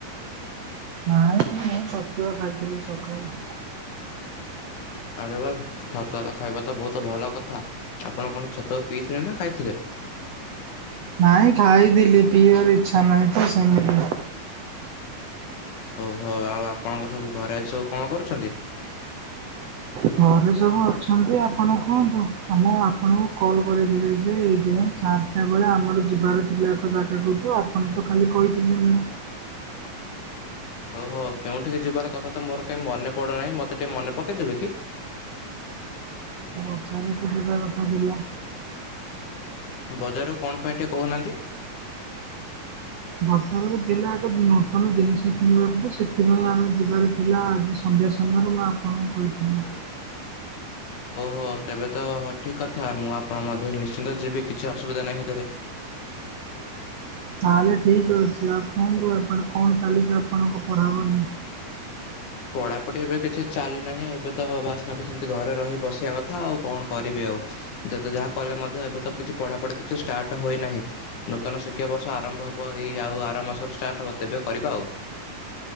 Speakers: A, on the right; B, on the left.
A: ନାଇଁ ମୁଁ ଛତୁଆ ଖାଇଥିଲି ସକାଳେ।
B: ଆରେ ବା ସତୁଆତ ଖାଇବା ତ ବହୁତ ଭଲ କଥା। ଆପଣ କଣ ଛତୁଆକୁ ପିଇଥିଲେ ନା ଖାଇଥିଲେ।
A: ନାଇଁ ଖାଇଥିଲି ପିଇବାର ଇଚ୍ଛା ନାହିଁ ତ ସେମିତି।
B: ଓହୋ ଆଉ ଆପଣଙ୍କର ସବୁ ଘରେ ଆଜି ସବୁ କଣ କରୁଛନ୍ତି।
A: ଘରେ ସବୁ ଅଛନ୍ତି ଆପଣ କୁହନ୍ତୁ ଆ ମୁଁ ଆପଣଙ୍କୁ କଲ୍ କରିଥିଲି ଯେ ଏଇଥିପାଇଁ ଚାର୍ ଟା ବେଳେ ଆମର ଯିବାର ଥିଲା ଏକ ଜାଗାକୁ ତ ଆପଣ ତ କାଲି କହିଥିଲି ମୁଁ
B: ଓହୋ କେଉଁଠିକି ଯିବାର କଥା ତ ମୋର କାହିଁ ମନେ ପଡୁନାହିଁ ମୋତେ ଟିକେ ମନେ ପକେଇଦେବେ କି।
A: ବାଜାରକୁ ଯିବା କଥା ଥିଲା।
B: ବଜାରରୁ କଣ ପାଇଁ ଟିକେ କହୁନାହାନ୍ତି।
A: ବଜାରକୁ ଥିଲା ଏକ ନୂତନ ଜିନିଷ କିଣିବାକୁ ତ ସେଥିପାଇଁ ଆମେ ଯିବାର ଥିଲା ଆଜି ସ ସନ୍ଧ୍ୟା ସମୟରେ ମୁଁ ଆପଣଙ୍କୁ କହିଥିଲି।
B: ହ ତେବେ ତ ଠିକ୍ କଥା ମୁଁ ଆପଣ ମଧ୍ୟ ନିଶ୍ଚିନ୍ତ ଯିବି କିଛି ଅସୁବିଧା ନାହିଁ ସେଥିରେ।
A: ତାହେଲେ ଠିକ ଅଛି ଆଉ କୁହନ୍ତୁ ଆଣ କଣ ଚାଲିଛି ଆପଣଙ୍କ ପଢ଼ାପଢି।
B: ପଢାପଢି ଏବେ କିଛି ଚାଲି ନାହିଁ ଏବେ ତ ବାସ୍ ଖାଲି ସେମିତି ଘରେ ରହି ବସିବା କଥା ଆଉ କଣ କରିବି ଆଉ। ଯେତ ଯାହା କଲେ ମଧ୍ୟ ଏବେ ତ କିଛି ପଢାପଢି କିଛି ଷ୍ଟାର୍ଟ ହୁଏନାହିଁ। ନୂତନ ଶିକ୍ଷା ବର୍ଷ ଆରମ୍ଭ ହବ ଏଇ ଆଉ ଆର ମାସରୁ ଷ୍ଟାର୍ଟ ହବ ତେବେ କରିବା ଆଉ।